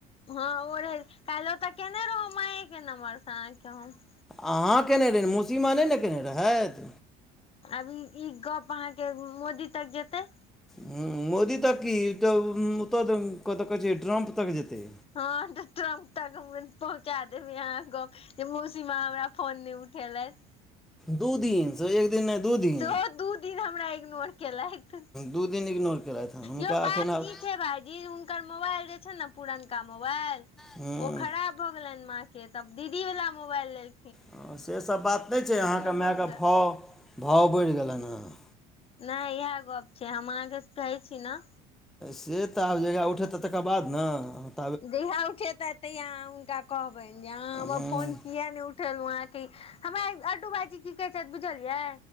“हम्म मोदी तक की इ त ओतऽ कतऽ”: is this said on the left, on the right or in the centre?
Centre